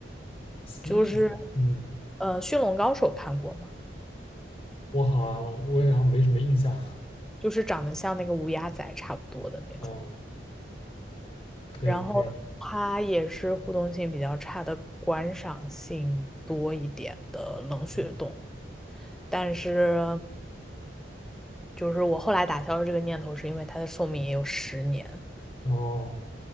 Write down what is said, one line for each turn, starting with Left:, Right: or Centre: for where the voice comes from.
Left: 蜥蜴，
Centre: 就是
Left: 嗯，
Centre: 呃，驯龙高手看过吗？
Left: 我好像我也好像没什么印象。
Centre: 就是长得像那个乌鸦仔差不多的那种。
Left: 哦，可以可以，
Centre: 然后它也是互动性比较差的观赏性多一点的冷血动物，
Left: 嗯，
Centre: 但是就是我后来打消了这个念头，是因为它的寿命也有十年。
Left: 哦，